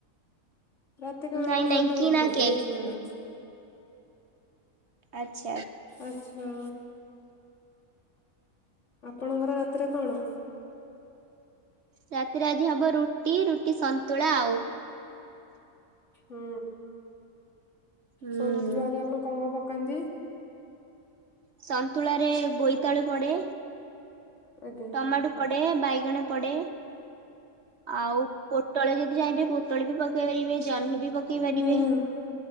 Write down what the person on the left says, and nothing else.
ରାତିକୁ ବା
ଆମର
ଗୋଟେ
ବା ଭୋଜି
ଅଛି ମ୍ୟାଡମ।
ଆଚ୍ଛା। ଆପଣଙ୍କର ରାତିରେ କଣ?
ହୁଁ।
ସନ୍ତୁଳାରେ ଆପଣ କଣ କଣ ପକ୍ କୁଅନ୍ତି।
ଆଜ୍ଞା
ହୁଁ